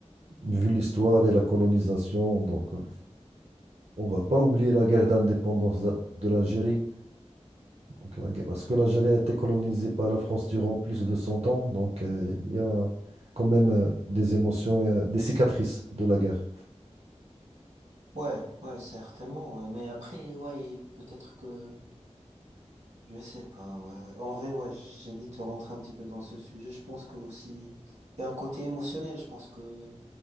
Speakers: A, on the right; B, on the right.
A: vu l'histoire et la colonisation. Donc, euh, on va pas oublier la guerre d'indépendance de l'Algérie, Donc, la guerre- parce que l'Algérie a été colonisée par la France durant plus de 100 ans. Donc, euh, il y a quand même euh, des émotions, et, euh, des cicatrices de la guerre.
B: Ouais, ouais, certainement, ouais. Mais après, ouais, peut-être que, je sais pas, ouais. En vrai, ouais, j'évite de rentrer un petit peu dans ce sujet. Je pense que aussi, il y a un côté émotionnel. Je pense que